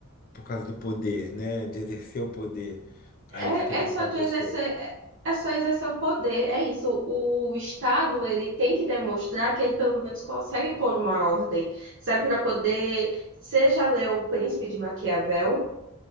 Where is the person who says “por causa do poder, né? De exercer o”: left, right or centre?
Left